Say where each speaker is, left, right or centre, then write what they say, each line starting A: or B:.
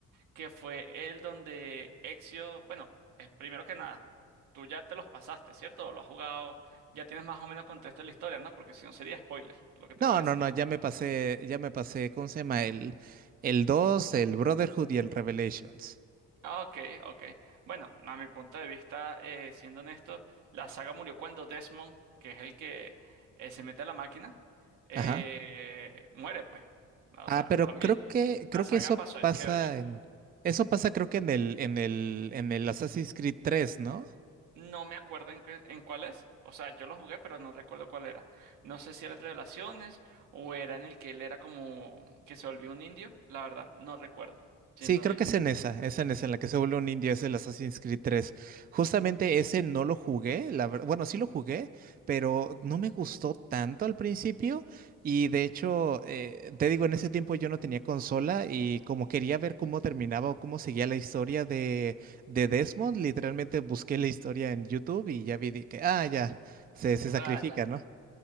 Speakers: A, on the right; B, on the right.
A: que fue el donde Ezio, bueno, eh, primero que nada, tú ya te los pasaste, ¿cierto? O lo has jugado, ya tienes más o menos contexto de la historia, ¿no? Porque si no sería spoiler lo que te
B: No,
A: voy a decir.
B: no, no, ya me pasé, ya me pasé, ¿cómo se llama? El, el 2, el Brotherhood y el Revelations.
A: Ah, Ok, ok. Bueno, a mi punto de vista, eh, siendo honesto, la saga murió cuando Desmond, que es el que eh, se mete a la máquina, eh,
B: Ajá.
A: muere, pues. O
B: Ah,
A: sea,
B: pero
A: para mí,
B: creo que,
A: la
B: creo
A: saga
B: que eso
A: pasó,
B: pasa
A: quedó allí.
B: en. Eso pasa creo que en el, en el, en el Assassin's Creed 3, ¿no?
A: No me acuerdo en, qué- en cuál es. O sea, yo lo jugué, pero no recuerdo cuál era. No sé si era el de Revelaciones o era en el que él era como que se volvió un indio. La verdad, no recuerdo, siendo
B: Sí, creo
A: honesto.
B: que es en esa, es en esa, en la que se vuelve un indio, es el Assassin's Creed 3. Justamente ese no lo jugué, la verdad, bueno, sí lo jugué, pero no me gustó tanto al principio y de hecho, eh, te digo, en ese tiempo yo no tenía consola y como quería ver cómo terminaba o cómo seguía la historia de, de Desmond, literalmente busqué la historia en YouTube y ya vi de que, ah, ya, se, se sacrifica,
A: Ah, ya.
B: ¿no?